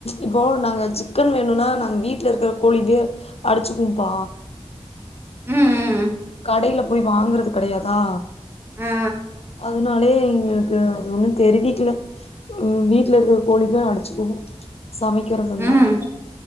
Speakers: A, on the left; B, on the right.
A: இப்போ நாங்க சிக்கன் வேணுனா நாங்க வீட்ல இருக்குற கோழிவே அடிச்சுக்கும்பா
B: ம் ம்
A: கடையில போய் வாங்கறது கெடையாதா
B: ஆ
A: அதனாலயே எங்களுக்கு ஒண்ணு தெரிவிக்குல ம் வீட்ல இருக்குற கோழி தா அடிச்சுக்குவோ சமைக்கிறதுருந்தா
B: ம்